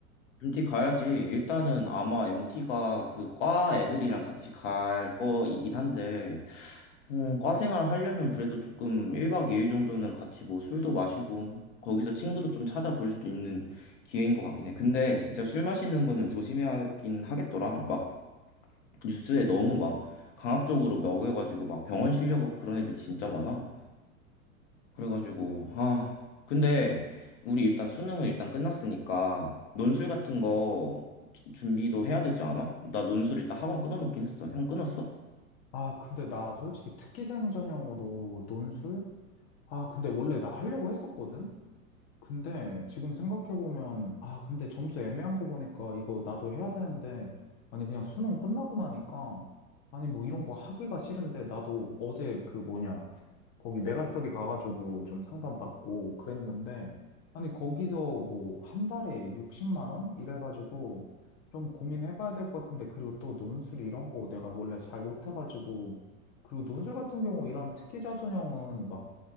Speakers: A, on the left; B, on the left.
A: MT 가야지. 일단은 아마 MT가 그 과 애들이랑 같이 갈 거이긴 한데 어, 과 생활 하려면 그래도 조금 1박 2일 정도는 같이 뭐 술도 마시고 거기서 친구도 좀 찾아볼 수도 있는 기회인 것 같긴 해. 근데 진짜 술 마시는 거는 조심해야긴 하겠더라. 막 뉴스에 너무 막 강압적으로 먹여가지고 막 병원 실려가고 그런 애들 진짜 많아. 그래가지고 아 근데 우리 일단 수능은 일단 끝났으니까 논술 같은 거 주- 준비도 해야 되지 않아? 나 논술 일단 학원 끊어놓긴 했어. 형 끊었어?
B: 아, 근데 나 솔직히 특기생 전형으로 논술? 아, 근데 원래 나 하려고 했었거든? 근데 지금 생각해보면, 아, 근데 점수 애매한 거 보니까 이거 나도 해야 되는데, 아니, 그냥 수능 끝나고 나니까, 아니, 뭐 이런 거 하기가 싫은데, 나도 어제 그 뭐냐, 거기 메가스터디 가가지고 좀 상담받고 그랬는데, 아니, 거기서 뭐 한 달에 60만 원? 이래가지고 좀 고민해봐야 될 것 같은데, 그리고 또 논술 이런 거 내가 원래 잘 못해가지고, 그리고 논술 같은 경우 이런 특기자 전형은 막